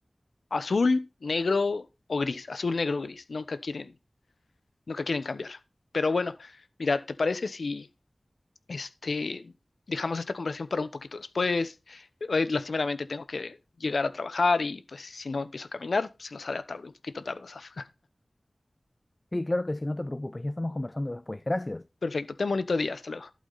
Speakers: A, on the left; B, on the left.
A: azul, negro o gris, azul, negro, gris, nunca quieren, nunca quieren cambiar. Pero bueno, mira, ¿te parece si este, dejamos esta conversación para un poquito después. Hoy, lastimeramente tengo que llegar a trabajar y pues si no empiezo a caminar, se nos hará tarde, un poquito tarde, Asaf.
B: Sí, claro que sí, no te preocupes, ya estamos conversando después. Gracias.
A: <laughs> Perfecto, ten bonito día, hasta luego.